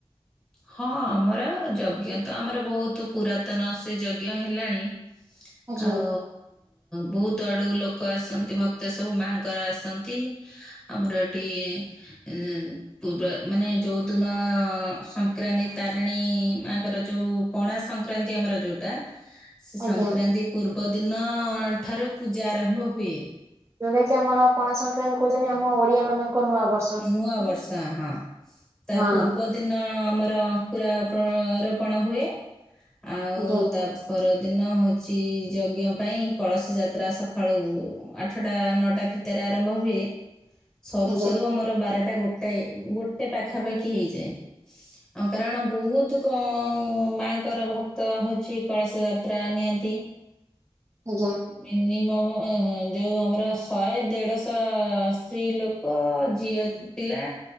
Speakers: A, in the centre; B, on the right (about 25°).
A: ହଁ ଆମର ଯଜ୍ଞ ତ ଆମର ବହୁତ ପୁରାତନ ସେ ଯଜ୍ଞ ହେଲାଣି।
B: ଆଜ୍ଞା
A: ଆଉ ବହୁତ ଆଡୁ ଲୋକ ଆସନ୍ତି ଭକ୍ତ ସବୁ ମାଙ୍କର ଆସନ୍ତି। ଆମର ଏଠି ଏ ପୂବ ମାନେ ଯୋଉଦିନ ସଂ ସଂକ୍ରାନ୍ତି ତାରିଣୀ ମାଙ୍କର ଯୋଉ ପଣା ସଂକ୍ରାନ୍ତି ଆମର ଯୋଉଟା ସେ
B: ଆଜ୍ଞା।
A: ସଂକ୍ରାନ୍ତି ପୂର୍ବଦିନ ଠାରୁ ପୂଜା ଆରମ୍ଭ ହୁଏ।
B: ଯୋଉଟା କି ଆମର ପଣା ସଂକ୍ରାନ୍ତି କହୁଚନ୍ତି ଆମ ଓଡିଆ ମାନଙ୍କ ନୂଆ ବର୍
A: ନୂଆ ବର୍ଷ ହ ତା
B: ହଁ
A: ପୂର୍ବ ଦିନ ଆମର ଅଙ୍କୁୁର ର ରୋପଣ ହୁଏ ଆଉ
B: ଆଜ୍ଞା
A: ତାପ୍ ପରଦିନ ହଉଚି ଯଜ୍ଞ ପାଇଁ କଳସ ଯାତ୍ରା ସକାଳୁ ଆଠଟା ନଅଟା ଭିତ ଯାତ୍ରା ଆରମ୍ଭ ହୁଏ। ସରୁ
B: ଆଜ୍ଞା
A: ସରୁ ଆମର ବାରଟା ଗୋଟାଏ ଗୋଟେ ପାଖାପାଖି ହେଇଯାଏ। ହଁ କାରଣ ବହୁତ କ ମା ଙ୍କର ଭକ୍ତ ଅଉଛି କଳସ ଯାତ୍ରା ନିଅନ୍ତି।
B: ଆଜ୍ଞା।
A: ମିନିମମ ଯୋଉ ଆମର ଶହେ ଦେଢଶହ ସ୍ତ୍ରୀ ଲୋକ ଲୋକ ଝିଅ ପିଲା